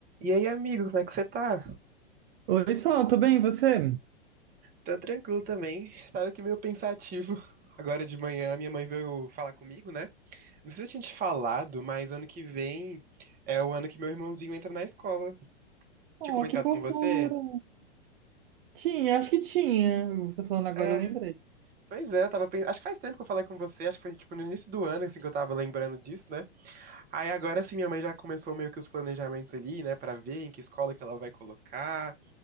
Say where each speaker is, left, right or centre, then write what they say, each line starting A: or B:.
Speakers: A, on the right (about 30°); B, on the right (about 60°).
A: E aí, amigo, como é que você tá?
B: Oi, Sol, tô bem, e você?
A: Tá tranquilo também. Tava aqui meio pensativo. Agora de manhã, minha mãe veio falar comigo, né? Não sei se eu tinha te falado, mas ano que vem é o ano que meu irmãozinho entra na escola.
B: Oh,
A: Tinha comentado
B: que fofura!
A: com você?
B: Tinha, acho que tinha. Você falando agora,
A: É,
B: eu lembrei.
A: pois é, eu tava pensando. Acho que faz tempo que eu falei com você, acho que foi tipo no início do ano, assim, que eu tava lembrando disso, né? Aí agora sim, minha mãe já começou meio que os planejamentos ali, né, Pra ver em que escola que ela vai colocar.